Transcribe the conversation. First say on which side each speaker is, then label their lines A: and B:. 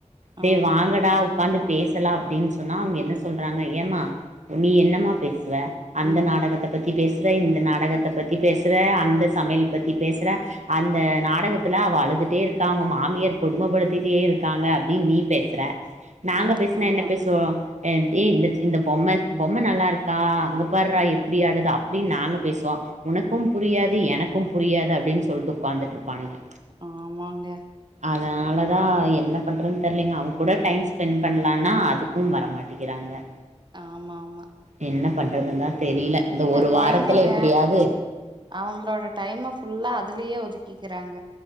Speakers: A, on the right (about 75°); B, on the right (about 40°).
A: டேய்
B: ஆமா
A: வாங்கடா உக்காந்து பேசலா அப்டின்னு சொன்னா அவங்க என்ன சொல்றாங்க ஏமா நீ என்னமா பேஸ்ர அந்த
B: ம்
A: நாடகத்த பத்தி பேசுற இந்த நாடகத்த பத்தி பேசுற அந்த செ சமையல் பத்தி பேஸ்ர அந்த நாடகத்துல அவ அழுதுட்டே இருக்கா அவங்க மாமியர் கொடுமபடுத்திட்டே இருக்காங்க அப்படின்னு நீ பே ஸ்ர நாங்க
B: ஆமாமா
A: பேஸ்னா என்ன பேசுவோ ஏ இந்த இந்தப் பொம்ம பொம்ம நல்லாருக் கா அங்க பார்றா எப்டி ஆடுது அப்டின்னு நாங்க பேசுவோ உனக்கும் புரியாது எனக்கும் புரியாது அப்டின்னு சொல்லிட்டு உக்காந்துட்ருப்பானுங்க
B: ஆமாங்க
A: அதனால தா என்ன பண்ணுறதுன் தெரிலலைங்க அவ கூட டைம் ஸ்பென்ட் பண்ணலான்னா அதுக் கு வரமாட்டிகிறானுங்கா
B: ஆமாம்மா
A: என்ன பண்றதுந்தா தெரியல இந்த ஒரு
B: கொழந்தைங்க
A: வாரத்துல எப்டியாது
B: அவங்களோட டைம ஃபுல்லா அதுலயே ஒதுக்கிக்கிறாங்க